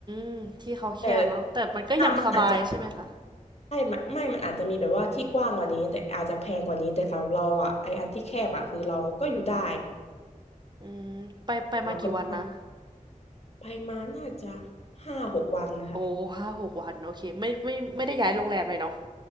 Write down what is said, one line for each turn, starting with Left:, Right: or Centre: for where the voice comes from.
Right: มที่เขาแคบเนาะแต่มันก็ยังสบายใช่ไหมคะ
Left: แต่อ่ามันอาจจะใช่ไม่ไม่มันอาจจะมีแบบว่าที่กว้างกว่านี้แต่อาจจะแพงกว่านี้แต่สำหรับเราอ่ะไออันที่แคบอ่ะคือเราก็อยู่ได้
Right: อืมไปไปมากี่วันนะ
Left: เราก็มาไปมาน่าจะห้าหกวันนะคะ
Right: โอ้ห้าหกวันโอเคไม่ไม่ไม่ได้ย้ายโรงแรมเลยเนาะ